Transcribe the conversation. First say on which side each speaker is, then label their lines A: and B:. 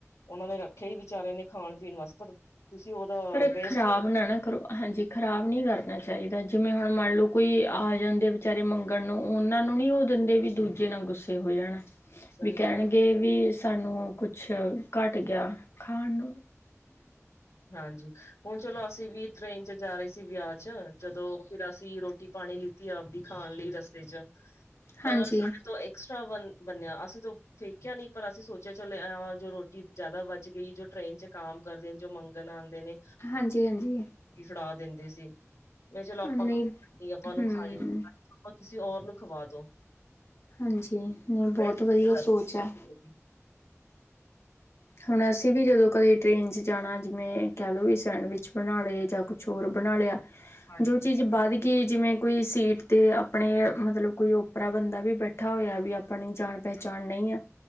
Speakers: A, on the left (about 80°); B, on the left (about 55°).
A: ਉਹਨਾਂ ਨੇ ਰੱਖੇਆ ਈ ਵਿਚਾਰੇ ਨੇ ਖਾਣ ਪੀਣ ਵਾਸਤੇ ਪਰ ਤੁਸੀਂ ਉਹਦਾ
B: ਪਰ
A: ਵੇਸਟ
B: ਖ਼ਰਾਬ ਨਾ ਨਾ ਕਰੋ, ਹਾਂਜੀ ਖ਼ਰਾਬ ਨੀ ਕਰ ਚਾਹੀਦੈ, ਜਿਵੇਂ ਹੁਣ ਮੰਨ ਲਓ ਕੋਈ ਆ ਜਾਂਦੇ ਵਿਚਾਰੇ ਮੰਗਣ ਨੂੰ, ਉਹਨਾਂ ਨੂੰ ਨੀ ਉਹ ਦਿੰਦੇ ਵੀ ਦੂਜੇ ਨਾਲ ਗੁੱਸੇ ਹੋ ਜਾਣਾ,
A: ਸਹੀ
B: ਵੀ ਕਹਿਣਗੇ
A: ਗੱਲ
B: ਵੀ ਸਾਨੂੰ ਕੁਛ ਘੱਟ ਗਿਆ, ਖਾਣ ਨੂੰ
A: ਹਾਂਜੀ, ਹੁਣ ਚਲੋ ਅਸੀਂ ਵੀ ਟ੍ਰੇਨ ਚ ਜਾ ਰਹੇ ਸੀ ਵਿਆਹ ਚ, ਜਦੋਂ ਫਿਰ ਅਸੀਂ ਦੀ ਰੋਟੀ ਪਾਣੀ ਲਿੱਤੀ ਆਪਦੀ ਖਾਣ ਲਈ ਰਸਤੇ ਚ, ਪਰ
B: ਹਾਂਜੀ
A: ਸਾਡੇ ਤੋਂ ਐਕਸਟਰਾ ਵਨ ਬੱਨਿਆ, ਅਸੀਂ ਤੋਂ ਫੇਕਿਆ ਨੀ ਪਰ ਅਸੀਂ ਸੋਚਿਆ ਚੱਲ ਆ ਜੋ ਰੋਟੀ ਜ਼ਿਆਦਾ ਵਚ ਗਈ ਜੋ ਟਰੇਨ ਚ ਕਾਮ ਕਰਦੇ ਜੋ ਮੰਗਨ ਆਂਦੇ ਨੇ
B: ਹਾਂਜੀ, ਹਾਂਜੀ।
A: ਫੜਾ ਦਿੰਦੇ ਸੀ, ਮੈਂ ਚਲੋ ਆਪਾਂ,
B: ਨਹੀਂ
A: ਆਪਾਂ ਉਹਨੂੰ
B: ਹੂੰ
A: ਖਾਈ ਆਪਾਂ ਕਿਸੇ ਔਰ ਨੂੰ ਖਵਾ ਦੋ
B: ਹਾਂਜੀ ਨਹੀਂ ਬਹੁਤ
A: ਵੇਸਟ
B: ਵਧੀਆ
A: ਨੀ ਕਰਦੇ।
B: ਸੋਚ ਐ। ਹੁਣ ਅਸੀਂ ਵੀ ਜਦੋਂ ਕਦੇ ਟਰੇਨ 'ਚ ਜਾਣਾ ਜਿਵੇਂ, ਕਹਿ ਲਓ ਵੀ ਸੈਂਡਵਿਚ ਬਣਾ ਲਏ, ਜਾਂ ਕੁਛ ਹੋਰ ਬਣਾ ਲਿਆ।
A: ਹਾਂਜੀ
B: ਜੋ ਚੀਜ਼ ਬਾਅਦ ਕਿ ਜਿਵੇਂ ਕੋਈ ਸੀਟ ਤੇ ਆਪਣੇ, ਮਤਲਬ ਕੋਈ ਓਪਰਾ ਬੰਦਾ ਵੀ ਬੈਠਾ ਹੋਇਆ ਵੀ ਆਪਣੀ ਜਾਣ ਪਹਿਚਾਣ ਨਈਂ ਆਂ,